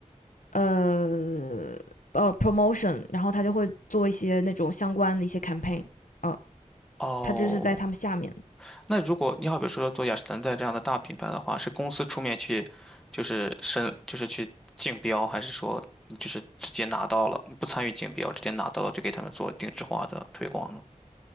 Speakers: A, on the left; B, in the centre.
A: 呃呃 promotion，然后他就会做一些那种相关的一些 campaign，啊，
B: 哦，
A: 他这是在他们下面的。
B: 那如果你好比说做雅诗兰黛这样的大品牌的话，是公司出面去，就是申，就是去竞标，还是说就是直接拿到了，你不参与竞标，直接拿到了就给他们做定制化的推广呢？